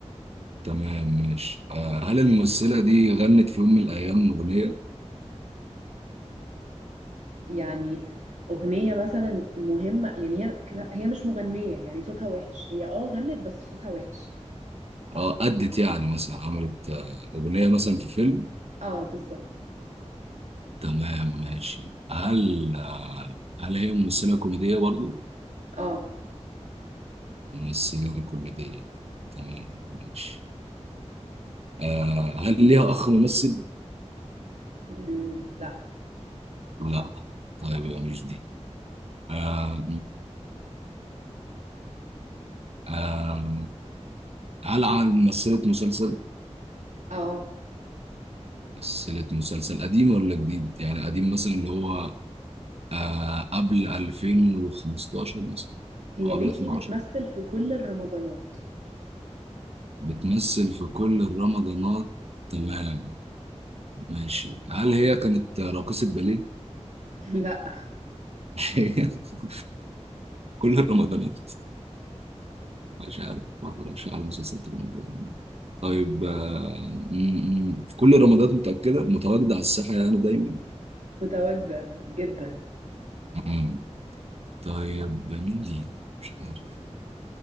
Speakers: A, on the right; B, on the right.
A: تمام ماشي آه هل الممثلة دي غنت في يوم من الأيام أغنية؟
B: يعني أغنية مثلا مهمة يعني هي هي مش مغنية يعني صوتها وحش هي اه غنت بس صوتها وحش
A: اه أدت يعني مثلا عملت آه، أغنية مثلا في فيلم؟
B: اه بالظبط
A: تمام ماشي هل آه هل هي ممثلة كوميدية برضو؟
B: اه
A: ممثلة كوميدية تمام ماشي آه هل ليها أخ ممثل؟
B: لا
A: لا طيب يبقى مش دي آه آم، هل على ممثلة مسلسل
B: اه
A: ممثلة مسلسل قديم ولا جديد يعني قديم مثلا اللي هو آه قبل 2015 مثلا
B: هي
A: أو
B: ليتلي
A: قبل 2010
B: بتمثل في كل الرمضانات
A: بتمثل في كل الرمضانات تمام
B: مم.
A: ماشي هل هي كانت راقصة باليه
B: <laughs> لا
A: <laughs> كل الرمضانات مش عارف ما اتفرجش على مسلسلات رمضان طيب آه، م- م- في كل الرمضانات متأكدة متواجدة على الساحة يعني دايما
B: متواجدة جدا
A: آه. طيب مين دي؟ مش عارف